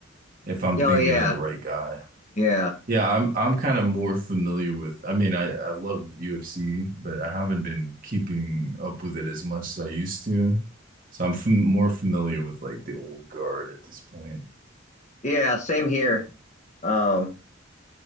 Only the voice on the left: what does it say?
Oh
yeah,
yeah,
yeah. Same here. Um,